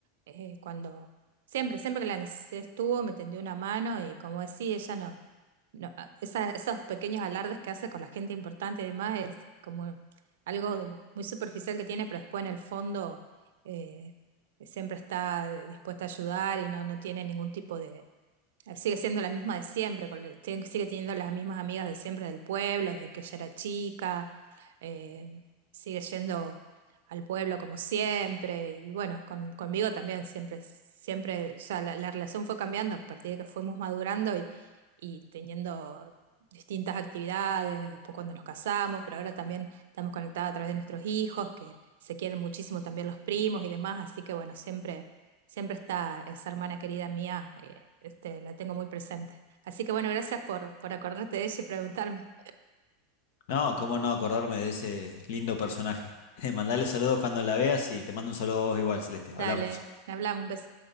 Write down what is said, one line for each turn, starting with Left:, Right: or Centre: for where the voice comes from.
Right: eh, cuando siempre, siempre que la necesidad estuvo, me tendió una mano y como decía, ella no, no a- esa- esos pequeños alardes que hace con la gente importante y demás es como algo muy superficial que tiene, pero después en el fondo eh, siempre está dispuesta a ayudar y no, no tiene ningún tipo de, eh, Sigue siendo la misma de siempre, con la- tiene- sigue teniendo las mismas amigas de siempre del pueblo, desde que ella era chica, eh, sigue yendo al pueblo como siempre, y bueno, con- conmigo también siempre, siempre, o sea, la, la relación fue cambiando a partir de que fuimos madurando y, y teniendo distintas actividades, después cuando nos casamos, pero ahora también estamos conectadas a través de nuestros hijos, que se quieren muchísimo también los primos y demás, así que bueno, siempre siempre está esa hermana querida mía, eh, este, la tengo muy presente. Así que bueno, gracias por, por acordarte de ella y preguntarme.
Left: No, cómo no acordarme de ese lindo personaje. <laughs> Mandale saludos cuando la veas y te mando un saludo a vos igual, Celeste.
Right: Dale,
Left: Hablamos.
Right: hablamos, un beso.